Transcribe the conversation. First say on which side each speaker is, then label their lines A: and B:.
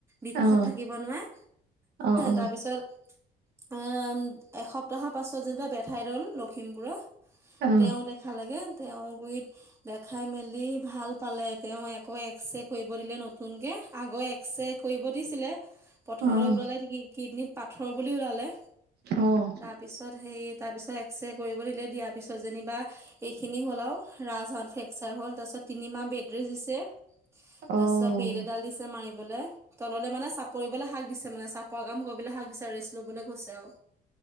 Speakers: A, on the right; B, on the right.
A: বিষত
B: অ',
A: থাকিব নোৱাৰে।
B: অ', অ'।
A: তাৰপিছত এ এসপ্তাহৰ পাছত যেতিবা বেঠাই দল লখিমপুৰত
B: অ',
A: তেওঁ দেখা লাগে তেওঁ গুৰিত দেখাই মেলি ভাল পালে তেওঁ একো এক্স-ৰে দিলে নতুন কে আগৰ এক্স ৰে কৰিব দিছিলে প্ৰথমতে
B: অ'।
A: ওলালে কিডনীত পাথৰ বুলি ওলালে
B: অ'।
A: পিছত সেই তাৰপিছত এক্স- ৰে কৰিব দিলে দিয়াৰ পিছত যেনিবা এইখিনি হ'ল আৰু ৰাজহত ফ্ৰেকচাৰ হ'ল তাৰ পিছত তিনিমাহ বেদ বেদ ৰেষ্ট দিছে তাৰপিছত
B: অ',
A: বেল এডাল দিছে মাৰিবলৈ। তললৈ মানে চাপৰিবলৈ শাক দিছে মানে চাপৰ কাম কৰিবলৈ হাক দিছে ৰেষ্ট লবলৈ গৈছে আৰু।